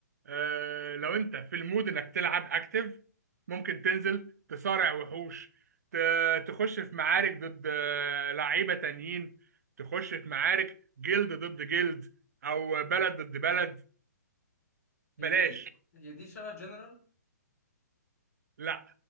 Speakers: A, on the right; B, on the left.
A: آه لو انت في المود انك تلعب اكتف ممكن تنزل تصارع وحوش ت- تخش في معارك ضد آه، لعيبة تانيين تخش في معارك جلد ضد جلد او بلد ضد بلد بلاش
B: هي دي هي دي شبه جنرال
A: لا